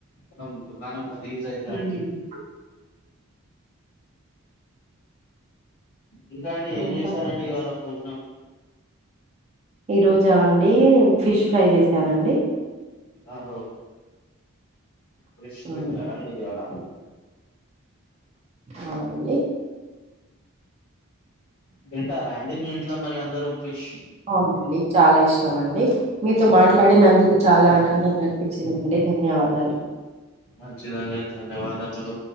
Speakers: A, on the left; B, on the right.
A: త్తం దుకాణం గలీజ్ అయితదండి
B: హ్మ్.
A: ఎందుకు ఇంకా అండి ఏం
B: ఇంకా
A: చేశారండి ఇవాళ భోజనం
B: ఈ రోజా అండి ఫిష్ ఫ్రై చేసానండి
A: ఆహ ఫ్రిష్
B: హ్మ్
A: తెచ్చారండి ఇయాల
B: అవునండి
A: తింటారా అండి మీ ఇంట్లో మరి అందరు ఫిష్
B: అవునండి చాలా ఇష్టమండి మీతో మాట్లాడినందుకు
A: అవునా
B: చాలా ఆనందంగా అనిపించిందండి ధన్యవాదాలు
A: మంచిదండి ధన్యవాదములు